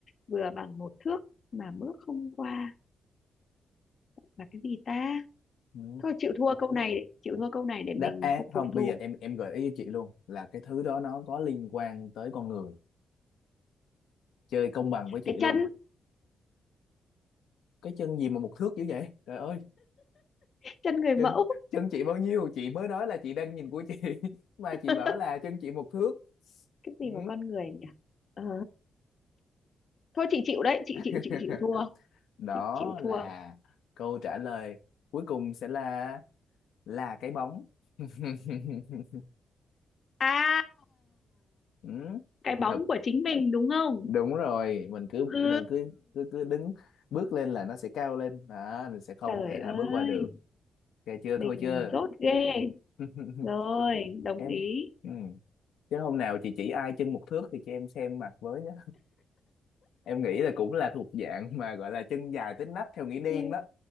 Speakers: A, on the left; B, on the left.
A: vừa bằng một thước mà bước không qua là cái gì ta?
B: ừ.
A: Thôi chịu thua câu này, chịu thua câu này để
B: đáp
A: mình
B: án
A: không
B: không
A: phục thù.
B: bây giờ em em gợi ý cho chị luôn là cái thứ đó nó có liên quan tới con người chơi công bằng với chị
A: Cái
B: luôn
A: chân,
B: cái chân gì mà một thước dữ vậy trời ơi
A: chân người
B: chân
A: mẫu.
B: chân chị bao nhiêu chị mới nói là chị đang nhìn của chị <laughs> mà
A: <laughs>
B: chị bảo là chân chị một thước
A: Cái gì
B: ừ.
A: mà con người nhỉ? Ờ, Thôi chị chịu đấy, chị chịu
B: <laughs>
A: chị chịu thua.
B: đó
A: Chị chịu thua.
B: là câu trả lời cuối cùng sẽ là là cái bóng <laughs>
A: À,
B: ừ.
A: cái bóng
B: thật
A: của chính mình đúng không?
B: đúng rồi mình cứ
A: Ừ.
B: mình cứ cứ cứ đứng bước lên là nó sẽ cao lên đó mình sẽ không
A: Trời
B: thể
A: ơi,
B: nào bước qua được ok chưa
A: mình
B: thôi chưa
A: dốt ghê.
B: <laughs>
A: rồi đồng
B: em
A: ý
B: ừ. chứ hôm nào chị chỉ ai chân một thước thì cho em xem mặt với nhé em nghĩ là cũng là thuộc dạng mà gọi là chân dài tới nách theo nghĩa đen
A: Ừ.
B: đó